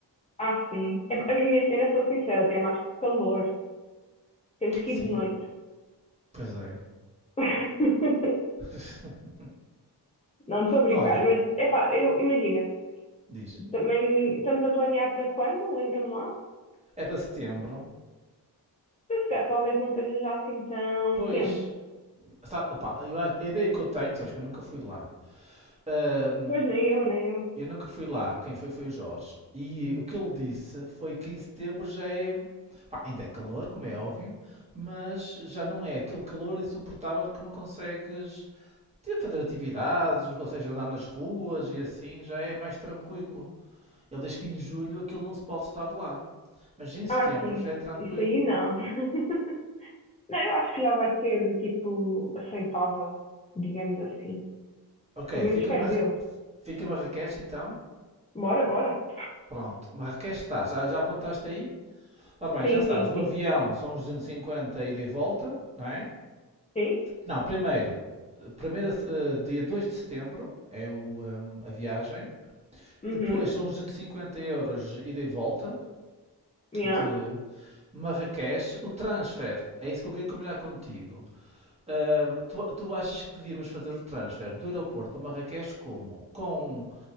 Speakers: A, on the left (about 15°); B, on the right (about 15°).
A: Ah, sim. É, A minha cena, sou sincera, tem mais calor. Temos que
B: Sim,
A: ir de noite.
B: pois é.
A: <laughs>
B: <laughs>
A: Não estou a brincar,
B: Olha,
A: mas é pá, eu imagina,
B: diz,
A: também estamos a planear para quando? Lembra-me lá?
B: é para setembro,
A: Então, se calhar talvez não esteja já assim tão
B: pois,
A: quente.
B: sabe, opa, eu acho- a ideia que eu tenho, sabes que eu nunca fui lá. Ahm,
A: Pois nem eu, nem eu.
B: eu nunca fui lá, quem foi foi o Jorge. E o que ele disse foi que em setembro já é, pá, ainda é calor, como é óbvio, mas já não é aquele calor insuportável que não consegues ter, fazer atividades, não consegues andar nas ruas e assim, já é mais tranquilo. Ele diz que em julho aquilo não se pode estar lá, mas em setembro
A: Ah, sim,
B: já é tranquilo.
A: isso aí não. <laughs> Não, eu acho que já vai ser tipo aceitável, digamos assim.
B: Ok,
A: Pelo
B: fica-me
A: menos espero
B: a,
A: eu.
B: fica-me a Marrakech então?
A: Bora, bora.
B: Pronto, Marrakech está, já, já apontaste aí? Ora bem,
A: Sim,
B: já sabes,
A: sim,
B: o
A: sim.
B: avião são os 250 ida e volta, não é?
A: Sim?
B: Não, primeiro, primeiro eh, dia 2 de setembro é o, ehm, a viagem,
A: Uhum.
B: depois são os 250 euros ida e volta
A: Yeah.
B: de Marrakech, o transfer, é isso que eu queria combinar contigo. Ah, tu, tu achas que devíamos fazer o transfer do aeroporto para Marrakech como? Com